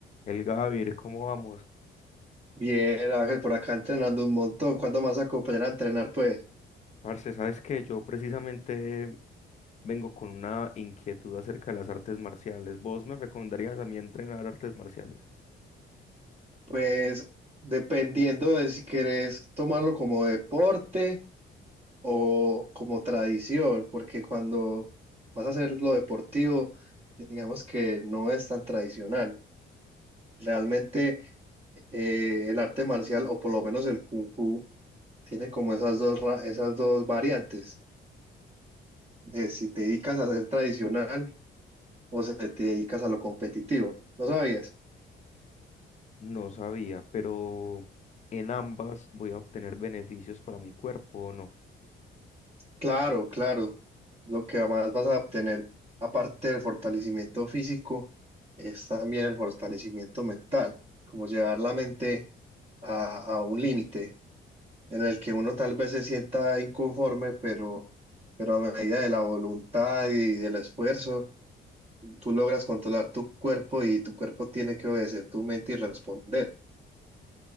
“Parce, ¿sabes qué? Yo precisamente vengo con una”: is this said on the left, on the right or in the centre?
Left